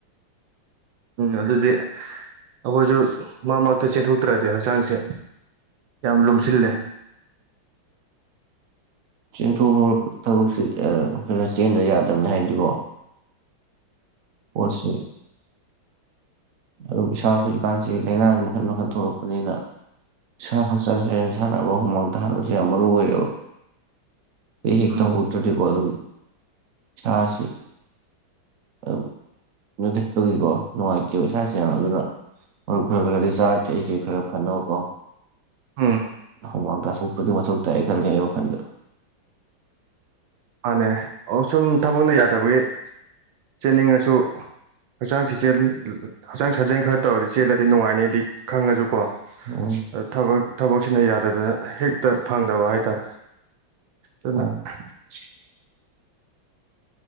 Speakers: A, on the right; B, on the right.
A: ꯎꯝ ꯑꯗꯨꯗꯤ ꯑꯈꯣꯏꯁꯨ ꯃꯔꯛ ꯃꯔꯛꯇ ꯆꯦꯟꯊꯣꯛꯇ꯭ꯔꯗꯤ ꯍꯛꯆꯥꯡꯁꯦ ꯌꯥꯝ ꯂꯨꯝꯁꯤꯜꯂꯦ
B: ꯆꯦꯟꯊꯣꯛ ꯑꫭ ꯃꯔꯨꯞ ꯊꯕꯛꯁꯤ <unintelligible> ꯈꯔ ꯈꯔ ꯆꯦꯟꯗꯕ ꯌꯥꯗꯕꯅꯤ ꯍꯥꯏꯗꯤꯀꯣ ꯑꯣꯁꯤ ꯑꯗꯨꯝ ꯏꯁꯥ ꯍꯧꯖꯤꯛꯀꯥꯟꯁꯤ ꯂꯥꯏꯅꯥꯁꯤ ꯃꯈꯟ ꯃꯈꯟ ꯊꯣꯛꯂꯛꯄꯅꯤꯅ ꯁꯥ ꯍꯛꯆꯥꯡ ꯁꯥꯖꯦꯜ ꯁꯥꯟꯅꯕ ꯍꯨꯃꯥꯡ‌ ꯇꯥꯍꯟꯕꯁꯨ ꯌꯥꯝ ꯃꯔꯨ ꯑꯣꯏꯔꯦꯕ ꯑꯩ ꯍꯦꯛꯇ
A: ꯎꯝ
B: ꯍꯧꯒꯠꯇ꯭ꯔꯗꯤꯀꫭ ꯑꯗꯨꯝ ꯁꯥꯁꯤ ꯑꯗꯨꯝ ꯅꫭꯏꯈꯠꯄꯒꯤ ꯀꫭ ꯅꯨꯡꯉꯥꯏ <unintelligible> ꯑꯗꯨꯅ ꯃꯔꯨꯞ ꯈꯔ ꯈꯔꯗꯤ ꯆꯥꯔꯤ ꯊꯛꯏꯁꯦ ꯈꯔ ꯐꯅꯕꯀꯣ
A: ꯎꯝ
B: ꯍꯨꯃꯥꯡꯇꯥꯁꫭꯛꯄꯗꯨ ꯃꯊꯧ ꯇꯥꯏ ꯑꯩ ꯈꯜꯂꯦ ꯑꯩ ꯋꯥꯈꯟꯗ
A: ꯃꯥꯅꯦ ꯑꯣ ꯁꯨꯝ ꯊꯕꯛꯅ ꯌꯥꯗꯕꯒꯤ ꯆꯦꯟꯅꯤꯡꯉꯁꯨ ꯍꯛꯆꯥꯡ ꯁꯤꯆꯦꯜ ꯂ ꯍꯛꯆꯥꯡ ꯁꯥꯖꯦꯜ ꯈꯔ ꯇꯧꯔꯗꯤ ꯆꯦꯜꯂꯗꯤ ꯅꯨꯡꯉꯥꯏꯅꯤꯗꯤ ꯈꯪꯉꯁꯨꯀꯣ
B: ꯎꯝ
A: ꯑ ꯊꯕꯛ ꯊꯕꯛꯁꯤꯅ ꯌꯥꯗꯗꯅ ꯍꯦꯛꯇ ꯐꯪꯗꯕ ꯍꯥꯏꯇꯥꯔꯦ ꯑꯗꯨꯅ
B: ꯍꯣꯏ
A: <inaudible>